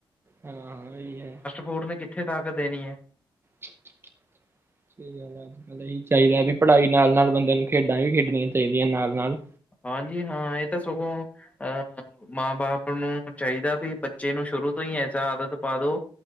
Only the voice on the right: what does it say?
ਹਾਂ ਵੋਹੀ ਹੈ
ਤੇ ਗੱਲ ਅੱਜ-ਕੱਲ੍ਹ ਇਹੀ ਚਾਹੀਦਾ ਵੀ ਪੜ੍ਹਾਈ ਨਾਲ-ਨਾਲ ਬੰਦੇ ਨੂੰ ਖੇਡਾਂ ਵੀ ਖੇਡਣੀਆਂ ਚਾਈਦੀਆਂ ਨਾਲ-ਨਾਲ।